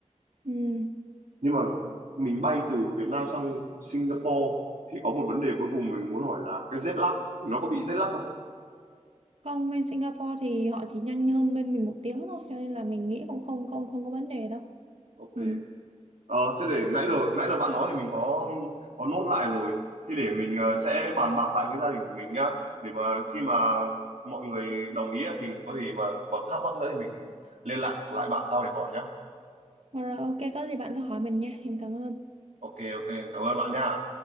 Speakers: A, on the right; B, on the right.
A: ừ.
B: nhưng mà mình bay từ Việt Nam sang Singapore thì có một vấn đề cuối cùng mình muốn hỏi là cái jet lag thì nó có bị jet lag không
A: không bên Singapore thì họ chỉ nhanh hơn bên mình một tiếng thôi cho nên là mình nghĩ cũng không không không có vấn đề đâu
B: ok
A: ừ.
B: Ờ, thế để nãy giờ nãy giờ bạn nói thì mình có có nốt lại rồi thế để mình ờ, sẽ bàn bạc lại với gia đình của mình nhá để mà khi mà mọi người đồng ý á, thì mình có gì mà còn thắc mắc nữa thì mình liên lạc lại bạn sau để hỏi nhá
A: Rồi, ok, có gì bạn cứ hỏi mình nha. Em cảm ơn.
B: ok ok cảm ơn bạn nha